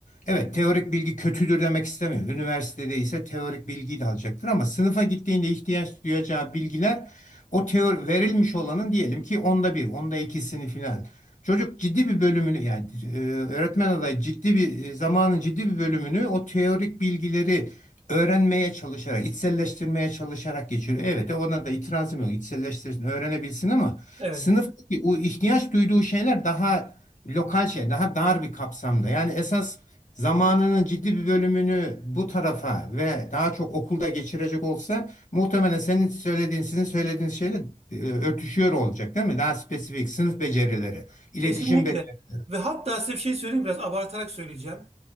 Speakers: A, on the left (about 80°); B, on the right (about 55°).
A: Evet, teorik bilgi kötüdür demek istemiyorum. Üniversitede ise teorik bilgiyi de alacaktır ama sınıfa gittiğinde ihtiyaç duyacağı bilgiler o teori verilmiş olanın diyelim ki onda bir, onda ikisini filan. Çocuk ciddi bir bölümünü yani e, öğretmen adayı ciddi bir e, zamanın ciddi bir bölümünü o teorik bilgileri öğrenmeye çalışarak, içselleştirmeye çalışarak geçiriyor. Evet, ona da itirazım yok. İçselleştirsin, öğrenebilsin ama
B: Evet.
A: Sınıftaki o ihtiyaç duyduğu şeyler daha lokal şey, daha dar bir kapsamda. Yani esas zamanının ciddi bir bölümünü bu tarafa ve daha çok okulda geçirecek olsa muhtemelen senin söylediğin, sizin söylediğiniz şeyle e, örtüşüyor olacak değil mi? Daha spesifik sınıf becerileri, iletişim
B: Kesinlikle.
A: becerileri.
B: Ve hatta size bir şey söyleyeyim biraz abartarak söyleyeceğim.